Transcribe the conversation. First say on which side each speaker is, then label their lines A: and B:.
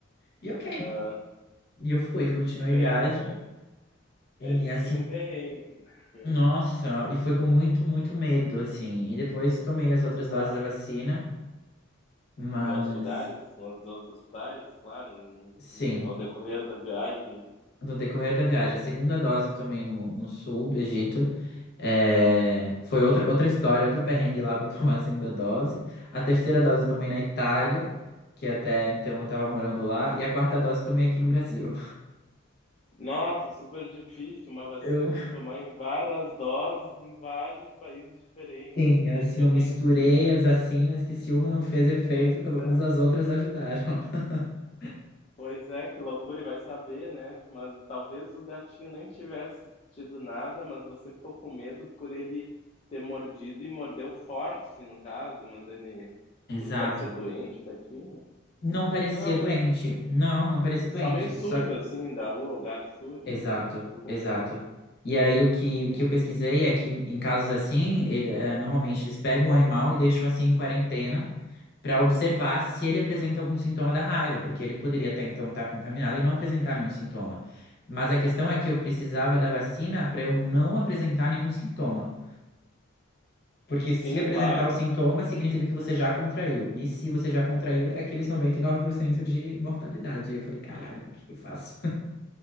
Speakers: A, on the left; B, on the left.
A: E ok.
B: Ah,
A: E eu fui, continuei
B: um perrengue.
A: viagem. E
B: Esse
A: assim,
B: sim, um perrengue. <laughs>
A: nossa, e foi com muito, muito medo, assim. E depois tomei as outras doses
B: Claro.
A: da vacina, mas
B: Em outros lugares, nos outros hospitais, claro, no-
A: sim.
B: ao decorrer da viagem.
A: no decorrer da viagem. A segunda dose também no, no sul do Egito. é, foi outra, outra história, outro perrengue lá para eu <laughs> tomar a segunda dose. A terceira dose também na Itália, que até então eu tava morando lá. E a quarta dose também aqui no Brasil.
B: Nossa, super difícil. Uma vacina
A: Eu,
B: que
A: <laughs>
B: tem que tomar em várias doses em vários países diferentes.
A: sim, assim,
B: Que perrengue.
A: eu misturei
B: <laughs>
A: as vacinas, que se uma não fez efeito,
B: Pois
A: pelo menos
B: é,
A: as outras ajudaram. <laughs>
B: pois é, que loucura. E vai saber, né? Mas talvez o gatinho nem tivesse tido nada, mas você ficou com medo por ele ter mordido e mordeu forte, assim, no caso. Mas ele,
A: Exato.
B: ele parecia doente, patinho?
A: Não parecia
B: Não,
A: doente.
B: né?
A: Não, não parecia doente.
B: Só meio sujo,
A: Só
B: assim, da rua, o gato sujo,
A: Exato,
B: assim, você ficou com
A: exato.
B: medo.
A: E aí o que, o
B: Entendi.
A: que eu pesquisei é que em, em casos assim, ele, eh, normalmente eles pegam o animal e deixam assim em quarentena para observar se ele apresenta algum sintoma da raiva, porque ele poderia até então estar contaminado e não apresentar nenhum sintoma. Mas a questão é que eu precisava da vacina para eu não apresentar nenhum sintoma. Porque
B: Sim,
A: se apresentar
B: claro.
A: o sintoma, significa que você já contraiu. E se você já contraiu, é aqueles 99% de mortalidade. Aí eu falei, caralho, o que eu faço?